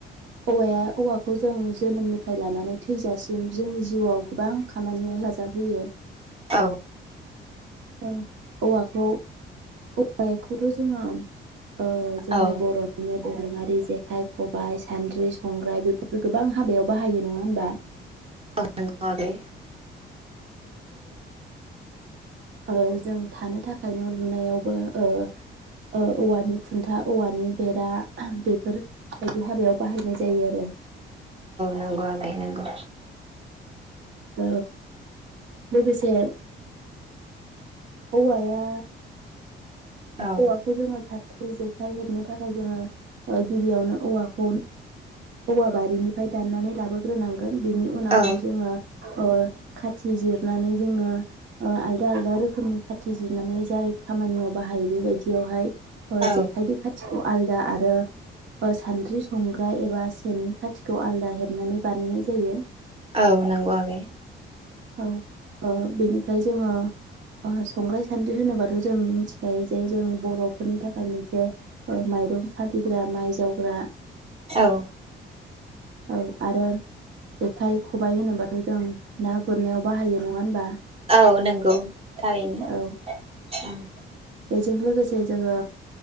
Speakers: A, on the right; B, on the right.
A: औवाया औवाखौ जों जोनोमनिफ्राय लानानै थैजासिम जोंनि जिउआव गोबां खामानियाव हेफाजाब होयो
B: औ
A: ओ औवाखौ औवाखौथ' जोङो ओ जोंनि
B: औ
A: बर'‌निनो दो रोङि जेखाइ खबाइ सान्द्रि संग्राय बेफोरफोरखौ गोबां हाबायाव बाहायो नङा होमबा
B: औ नोंगौ आगै
A: आरो जों थानो थाखाय न' लुनायावबो ओ -ओ औवानि खुन्था औवानि बेरा बेफोरबायदि हाबायाव बाहायनाय जायो आरो
B: नंगो आगै नंगौ
A: औ लोगोसे औवाया
B: औ
A: औवाखौ जोङो साथ्रि जेखाइ हेबनो थाखाय जोङो ओ गिबियावनो औवाखौ औवा बारिनिफ्राय दाननानै लाबोग्रोनांगोन बेनि उनावहाय
B: औ
A: जोङो ओ खाथि जिरनानै जोङो ओ आलदा आलदा रोखोमनि खाथि जिरनानै जाय खामानियाव बाहायो बेफोर बायदियावहाय ओ
B: औ
A: जेखायनि खाथिखौ आलदा आरो ओ सानद्रि संग्रा एबा सेननि खाथिखौ आलदा हेबनानै बानायनाय जायो
B: औ नंगौ आगै
A: औ ओ बेनिफ्राय जोङो ओ संग्राय सानद्रि होनोबाथ' जों मिथिखायो जे जों बर'फोरनि थाखाय मोनसे ओ माइरं सालिग्रा माइ जावग्रा
B: औ
A: औ आरो जेखाइ खबाइ होनोबाथ' जों ना गुरनायाव बाहायो नङा होनबा
B: औ नंगौ थारैनो
A: औ
B: ओं
A: बेजों लोगोसे जोङो